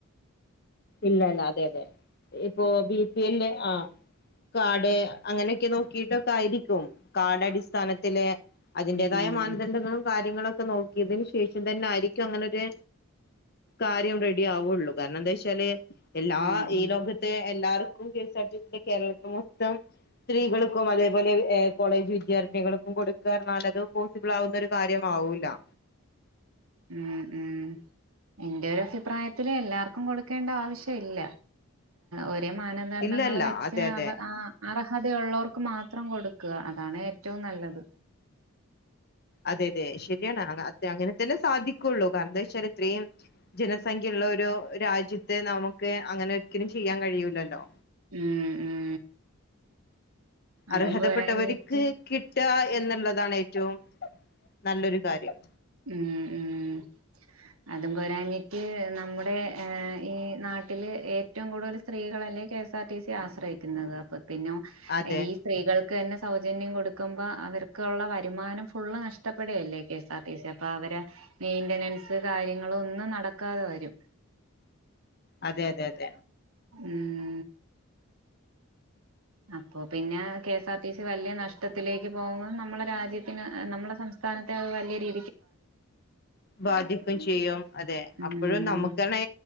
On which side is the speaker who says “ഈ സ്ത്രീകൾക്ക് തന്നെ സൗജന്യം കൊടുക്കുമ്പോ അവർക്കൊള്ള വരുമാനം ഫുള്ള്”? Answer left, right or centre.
Right